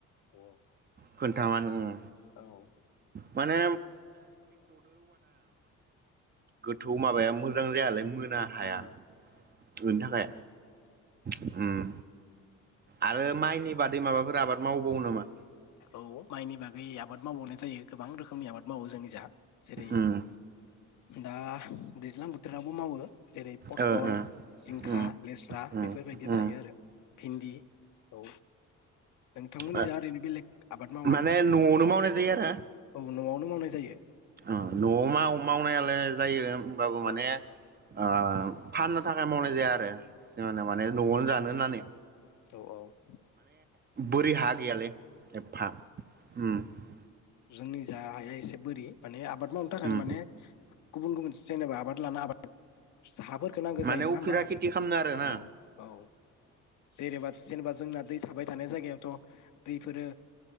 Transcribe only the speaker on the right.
खोन्थामोन उम
<unintelligible> माने गोथ थौ माबायाम ना हाया।
बेनि थाखाय उम आरो माइनि बादै माबाफोर आबाद मावबावो नामा?
उम
ओ ओ
उम
उम
उम
ओ
माने
नआवनो मावनाय जायो आरो
ओ नआव माव मावनायालाय जायो । होनबाबो माने
ओ फाननो थाखाय मावनाय जाया आरो । जोंहाना माने नआवनो जानो होन्नानै ।
बोरि हा गैयालै एफ्फा । उम ।
उम
माने
उफेरा
खेथि खालामनो आरोना